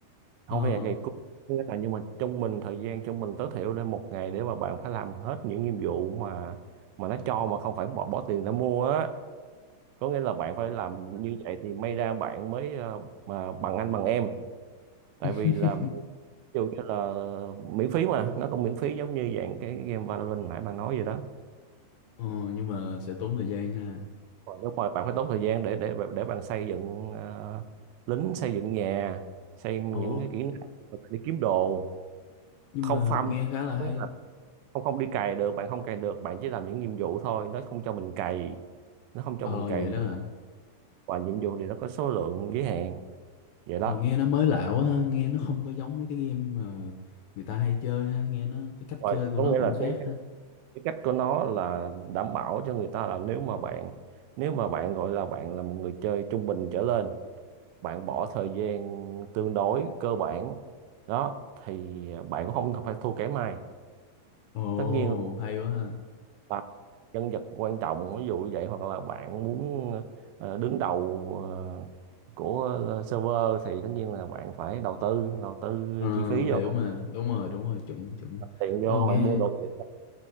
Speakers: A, on the right; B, on the left.
A: không
B: Ờ.
A: phải dạng cày cuốc Có nghĩa là nhưng mà trung bình thời gian trung bình tối thiểu để một ngày để mà bạn phải làm hết những nhiệm vụ mà mà nó cho mà không phải bỏ, bỏ tiền ra mua á có nghĩa là bạn phải làm như vậy thì may ra bạn mới ờ, mà bằng anh bằng em tại
B: <laughs>
A: vì là ví dụ như là miễn phí mà nó cũng miễn phí giống như dạng cái game Valorant nãy bạn nói vậy đó
B: Ừ. Ờ, nhưng mà sẽ tốn thời gian ha.
A: còn nếu mà bạn phải tốn thời gian để để để bạn xây dựng ờ, lính xây dựng nhà xây những
B: Ồ,
A: cái kỹ năng rồi bạn đi kiếm đồ
B: nhưng
A: không
B: mà
A: farm
B: nghe khá là hay.
A: đúng là không không đi cày được bạn không cày được bạn chỉ làm những nhiệm vụ thôi nó không cho mình cày nó không cho
B: Ờ,
A: mình cày
B: vậy đó hả?
A: và nhiệm vụ thì nó có số lượng giới hạn vậy đó
B: Ồ nghe nó mới lạ quá ha, nghe nó không có giống mấy cái game mà người ta hay chơi ha, nghe nó cái cách
A: rồi
B: chơi của
A: có
B: nó
A: nghĩa
B: cũng
A: là
B: khác
A: cái
B: ha.
A: cái cách của nó là đảm bảo cho người ta là nếu mà bạn nếu mà bạn gọi là bạn là một người chơi trung bình trở lên bạn bỏ thời gian tương đối cơ bản đó thì bạn cũng không phải thua kém ai
B: Ồ
A: tất nhiên
B: hay quá ha.
A: là nhân vật quan trọng ví dụ như vậy hoặc là bạn muốn ờ, đứng đầu ờ, của ờ, server thì tất nhiên là bạn phải đầu tư đầu tư
B: Ờ,
A: chi phí vô
B: hiểu mà, đúng rồi, đúng rồi, chuẩn chuẩn.
A: đặt tiền
B: Ồ
A: vô
B: nghe
A: bạn mua đồ thiệt